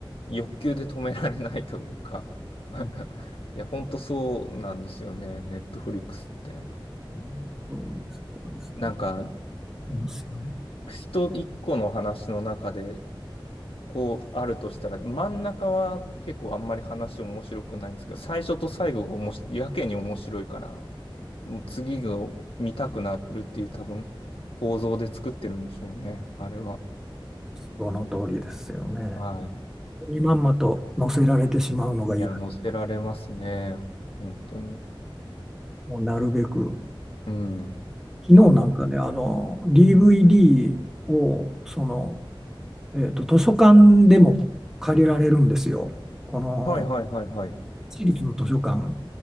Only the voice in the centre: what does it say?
うん
うんそうです、そうですね。
いますよね。
その通りですよね。
にまんまと載せられてしまうのが嫌。
もうなるべく。
昨日なんかね、あの、DVD を、その、えっと、図書館でも借りられるんですよ。この、
私立の図書館。